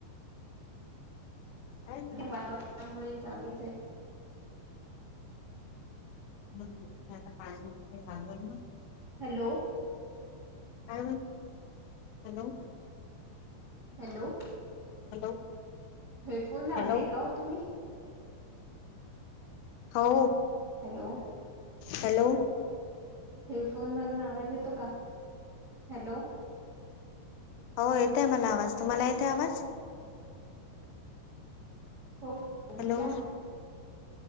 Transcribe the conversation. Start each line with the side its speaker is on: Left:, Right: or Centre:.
Left: काय
Right: मारामुळे चालूच आहे
Left: ह म आता पाणीग ना
Right: हॅलो
Left: का hello
Right: hello
Left: hello
Right: headphone लावलेय
Left: hello
Right: का हो तुम्ही
Left: हो
Right: हॅलो
Left: हॅलो
Right: हेडफोन मधून आवाज येतो का हॅलो
Left: हो येतय मला आवाज तुम्हाला येत आहे आवाज
Right: हो
Left: हॅलो
Right: बोला ना